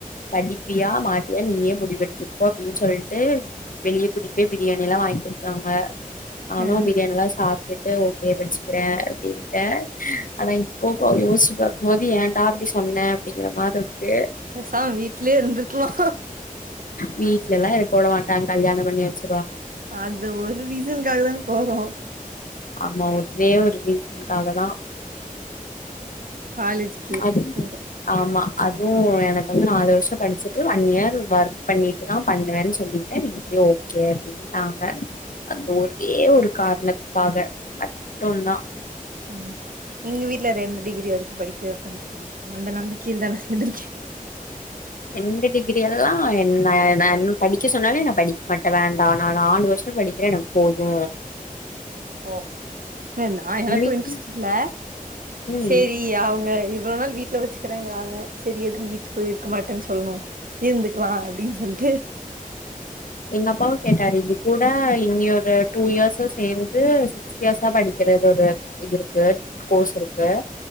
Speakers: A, on the left (about 65°); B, on the right (about 70°).
A: படிப்பியா மாட்டியா நீயே முடிவெடுத்துக்கோ அப்டின் சொல்ட்டு வெளிய கூட்டிட் போய் பிரியாணி எல்லா வாங் கி குடுத்தாங்க. நானூ
B: ஆ
A: பிரியாணில்லா சாப்ட்டுட்டு ஓகே ப வுக்கிறேன் அப்டின்ட ஆனா இப்போ யோசிச்சு பாக்கும்போது ஏன்டா அப்டி சொன்ன அப்டிங்கற மாருக்கு
B: பேசமா வீட்லயே இருந்துர்க்லா
A: வீட்லல்லா இருக்க வுடமாட்ட கல்யாணம் பண்ணி வெச்சு
B: அந்த ஒரு ரீசனுக்காக தான போறோ
A: ஆமா ஒரே ஒரு ரீசனுக்காக தா
B: காலேஜ்கே
A: அது
B: போறோ
A: ஆமா அதுவு எனக்கு வந்து நாலு வர்சொ படிச்சுட்டு ஒன் இயர் ஒர்க் பண்ணிட்டு தா பண்ணுவேன்னு சொல்லிட்ட வீட் ஓகே அப்டின்டாங்க அந்த ஒரே ஒரு காரணத்து காக மட்டுந்தா
B: ம் எங்க வீட்டுல ரெண்டு டிகிரி வரைக்கு படிக்க வெப்பன் சொல்லிருக் அந்த நம்பிக்கைல தா நா <unintelligible>
A: ரெண்டு டிகிரி எல்லா என்ன படிக்க சொன்னாலே நா படிக்க மாட்ட வேண்டா நா நாலு வருசொ படிக் எனக் போது
B: ஓ நா எனக்கு
A: எங்க வீட்ல
B: இன்ட்ரெஸ்ட் இல்ல
A: ம்
B: சேரி அவங்க இவ்ளோ நாள் வீட்ல வெச்சுக்குறாங்க <unintelligible> செரி எதுவு வீட்டு போய் இருக்க மாட்டேன்னு சொல்லணு இருந்துக்லா அப்டின்னு சொல்டு
A: எங்க அப்பாவு கேட்டாரு இது கூட இன்னியொரு ஒரு டூ இயர்ஸும் சேந்து சிக்ஸ் இயர்சா படிக்கறது ஒரு இது இருக்கு கோர்ஸ் இருக்கு